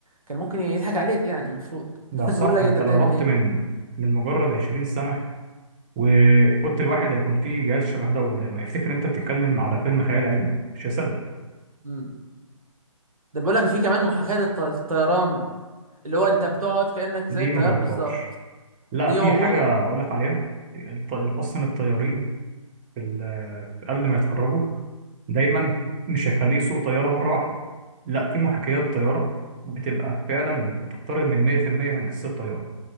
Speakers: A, on the right (about 80°); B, on the right (about 15°).
A: كان ممكن يضحك عليك يعني المفروض
B: لا
A: <laughs>
B: صح
A: تقول لك
B: انت
A: انت بتعمل
B: لو رحت
A: ايه
B: من من مجرد 20 سنه وقلت الواحد هيكون فيه جهاز شبه ده قدام هيفتكر انت بتتكلم على فيلم خيال علمي مش هيصدق
A: امم ده بيقول لك في كمان محاكاة الط- الطيران اللي هو انت بتقعد كأنك
B: دي
A: زي الطيار
B: ما جربتهاش
A: بالظبط
B: لا
A: دي
B: في
A: موجودة
B: حاجة أقول لك عليها الط- أصلا الطيارين في ال- قبل ما يتخرجوا دايما مش هيخليه يسوق طيارة مرة واحدة لا في محاكيات طيارة بتبقى فعلا تقترب من 100% من حصة الطيارة